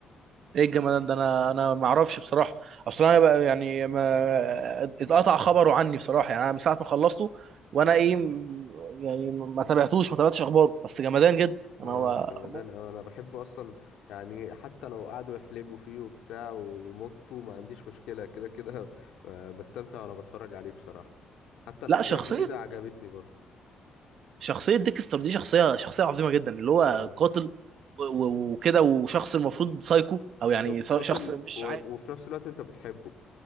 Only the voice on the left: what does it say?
اه
جمدان اوي انا بحبه اصلا يعني حتى لو قعدوا يحلبوا فيه وبتاع ويمطوا ما عنديش مشكلة كده كده <laughs> آه، بستمتع وانا بتفرج عليه بصراحة حتى الاجزاء
الجديدة عجبتني برضو
اه
ايوه
قاتل
و...
وفي نفس الوقت انت بتحبه